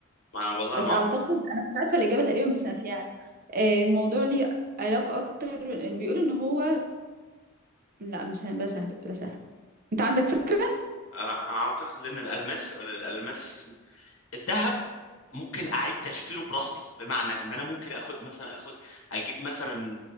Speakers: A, on the left; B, on the right.
A: ما والله
B: بس
A: ما اعرف
B: أعتقد أنا كنت عارفة الإجابة تقريبا بس ناسيها آه، الموضوع ليه علاقة أكتر بيقولوا إن هو لا مش هن- بلا شهب بلا شهب أنت عندك فكرة؟
A: انا أنا اعتقد لان الالماس الالماس الذهب ممكن اعيد تشكيله براحتي بمعنى ان انا ممكن اخد مثلا اخد اجيب مثلا